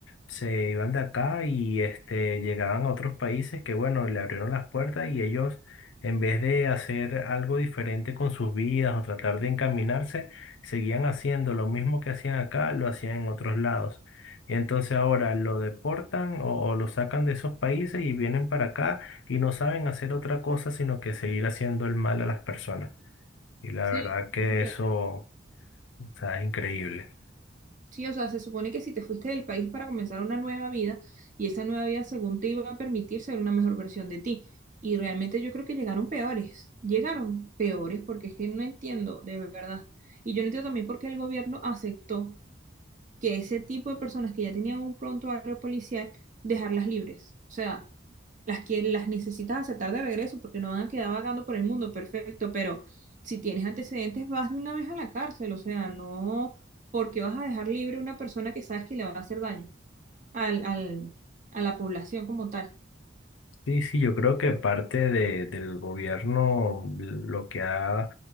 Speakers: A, on the left (about 80°); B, on the right (about 40°).
A: se iban de acá y este, llegaban a otros países que, bueno, le abrieron las puertas y ellos, en vez de hacer algo diferente con sus vidas o tratar de encaminarse, seguían haciendo lo mismo que hacían acá, lo hacían en otros lados. Y entonces ahora lo deportan o, o lo sacan de esos países y vienen para acá y no saben hacer otra cosa sino que seguir haciendo el mal a las personas. Y la
B: Sí,
A: verdad que
B: entiendo.
A: eso, o sea, es increíble.
B: sí, o sea, se supone que si te fuiste del país para comenzar una nueva vida y esa nueva vida según te iba a permitir ser una mejor versión de ti. Y realmente yo creo que llegaron peores, llegaron peores porque es que no entiendo, de verdad. Y yo no entiendo también por qué el gobierno aceptó que ese tipo de personas que ya tenían un prontuario policial, dejarlas libres. O sea, las que las necesitas aceptar de regreso porque no van a quedar vagando por el mundo, perfecto, pero si tienes antecedentes, vas de una vez a la cárcel, o sea, no porque vas a dejar libre a una persona que sabes que le va a hacer daño al, al- a la población como tal.
A: Sí, sí, yo creo que parte de, del gobierno lo que ha